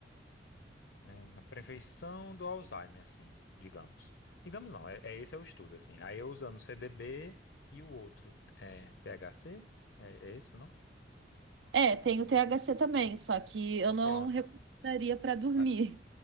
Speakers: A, on the left; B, on the right.
A: É, na prevenção do Alzheimer, assim, digamos. Digamos não, é, é esse é o estudo, assim. Aí eu usando CDB e o outro é THC? É, é esse o nome?
B: É, tem o THC também, só que eu não
A: Pronto.
B: recomendaria pra dormir.
A: Ah,